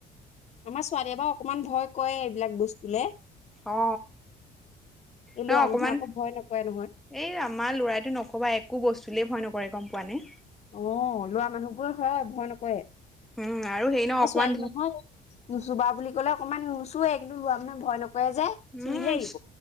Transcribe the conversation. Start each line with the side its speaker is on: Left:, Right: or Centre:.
Left: আমাৰ ছোৱালীয়ে বাৰু অকমান ভয় কৰে এইবিলাগ বস্তুলে। এই
Centre: অ ন
Left: লৰা
Centre: অকমান
Left: মানুহে আকৌ ভয় নকৰে নহয়।
Centre: এই আমাৰ ল'ৰাইটো নকবাই একো বস্তুলে ভয় নকৰে গম পোৱা নে।
Left: অহ লৰা মানুহবোৰে ভয় নকৰে
Centre: উম হেৰি ন
Left: আৰু
Centre: অকমান
Left: ছোৱালী মানুহৰ নুচুবা বুলি ক'লে অকণমান নুচোৱে কিন্তু লৰা মানুহে ভয় নকৰে যে।
Centre: উম
Left: চুইহে এৰিব